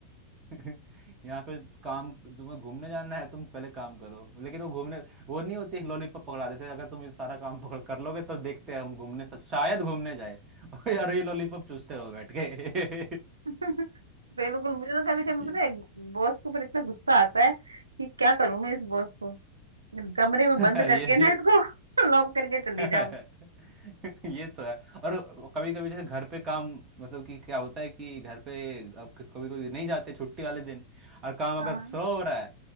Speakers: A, on the right (about 30°); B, on the right (about 80°).
A: <laughs> यहाँ पे काम तुम्हें घूमने जाना है तुम पहले काम करो लेकिन वो घूमने वो नहीं होती एक लॉलीपॉप पकड़ा देते हैं, अगर तुम ये सारा काम पकड़ कर लोगे तो देखते हैं हम घूमने शायद घूमने जाए <laughs> और यार ये लॉलीपॉप चूसते रहो बैठ के
B: <laughs> बिल्कुल मुझे तो
A: <laughs>
B: कभी कभी
A: ये
B: पता है बॉस के ऊपर इतना गुस्सा आता है कि क्या करूं मैं इस बॉस को कमरे
A: <laughs>
B: में बंद
A: ये
B: करके ना
A: ये
B: इसको <laughs> लॉक करके चली
A: <laughs> ये
B: जाऊं
A: तो है और कभी कभी जैसे घर पे काम मतलब कि क्या होता है कि घर पे अब कभी कभी नहीं जाते छुट्टी वाले दिन और काम अगर
B: <laughs> हाँ
A: स्लो हो रहा है